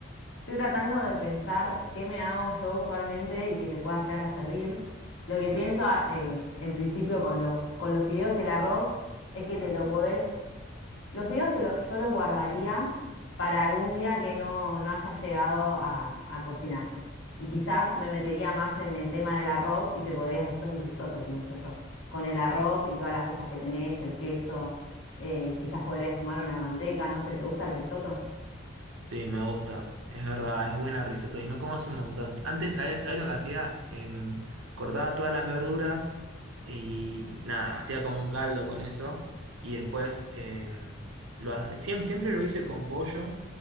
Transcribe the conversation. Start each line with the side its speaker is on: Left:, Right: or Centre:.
Left: estoy tratando de pensar qué me hago yo usualmente y que te pueda llegar a servir. Lo que pienso, ah, eh, en principio con los, con los fideos y el arroz es que te lo podés Los fideos te lo- yo los guardaría para algún día que no, no haya llegado a, a cocinarte. Y quizás me metería más en el tema del arroz y te podrías hacer un risotto, pienso yo. Con el arroz y todas las cosas que tenés, el queso, eh, quizás podrías sumar una manteca, no sé, ¿te gusta el risotto?
Right: Sí, me gusta. Es verdad, es buena risotto y no comas un montón. Antes, ¿sabes, sabes lo que hacía? Em, cortaba todas las verduras y nada, hacía como un caldo con eso. Y después, em, lo, ha- siem- siempre, lo hice con pollo